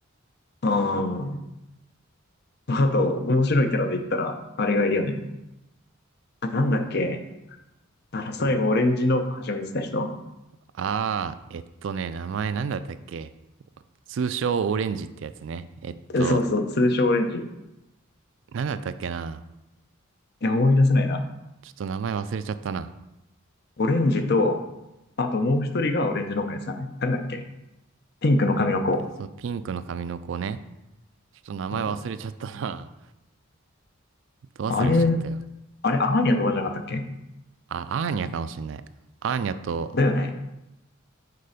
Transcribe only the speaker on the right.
あー、えっとね、名前なんだったっけ通称オレンジってやつね。えっと、
なんだったっけな
ちょっと名前忘れちゃったな。
そう、ピンクの髪の子ね。ちょっと名前忘れちゃったな。
ど忘れしちゃったよ。
あ、アーニャかもしんない。アーニャと、